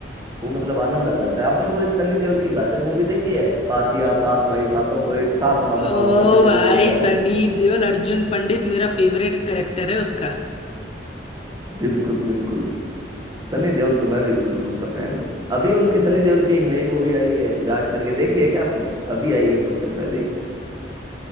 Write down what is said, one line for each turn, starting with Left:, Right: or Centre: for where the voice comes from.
Right: वो मतलब आनंद आ जाता है आपने वो एक सनी देओल की घातक मूवी देखी है कातिया सात भाई सातों को एक साथ मारूंगा
Left: ओ
Right: वो सनी
Left: भाई
Right: देओल बोलता
Left: सनी
Right: है
Left: देओल अर्जुन पंडित मेरा फेवरेट करेक्टर है उसका
Right: बिल्कुल बिल्कुल सनी देओल तो मैं भी बिल्कुल उसका फैन हूँ अभी उनकी सनी देओल की एक नई मूवी आई है जाट करके देखी है क्या आपने अभी आई है कुछ दिन पहले ही